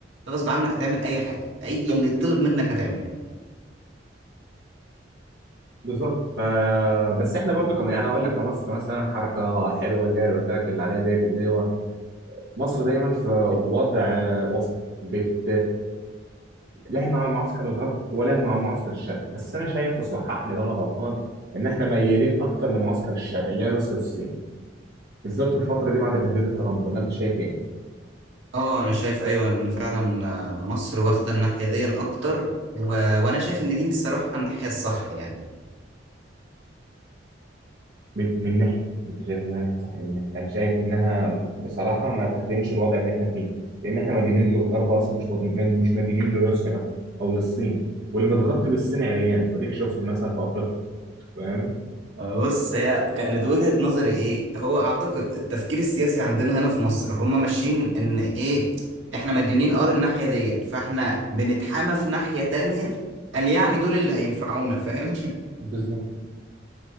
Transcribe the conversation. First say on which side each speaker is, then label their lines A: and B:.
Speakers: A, on the right; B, on the right.
A: غصب عنك هتعمل أي حاجة أي
B: بالظبط
A: اللي يطلب منك هتعمله
B: بالظبط ف بس احنا برضو كم يعني اقول لك كمصر مثلا حركه حلوه اللي هي اللي قلت لك اللي عليها ديت اللي هو مصر دايما في وضع وسط بت لاهي مع المعسكر الغرب ولاهي مع معسكر الشرق بس انا شايف وصحح لي لو انا غلطان ان احنا ميالين اكتر لمعسكر الشرق اللي هي روسيا والصين بالذات في الفتره دي بعد تهديد ترامب ولا انت شايف ايه؟
A: اه انا شايف ايوه ان فعلا آه، مصر واخده الناحيه دي اكتر و... وانا شايف ان دي الصراحه الناحيه الصح يعني
B: من من ناحيه انت شايف انها ناحيه صح من ناحيه انا شايف انها بصراحه ما تخدمش الوضع اللي احنا فيه لان احنا مديونين للغرب اصلا مش مد- مش مديونين لروسيا مثلا او للصين واللي متغطي بالصين عريان واديك شفت مثلا في افريقيا فاهم
A: آه، بص هي كانت وجهة نظري ايه هو اعتقد التفكير السياسي عندنا هنا في مصر هم ماشيين ان ايه احنا مديونين اه للناحية دي فاحنا بنتحامى في ناحية تانية قال يعني دول اللي هينفعونا فاهم
B: بالظبط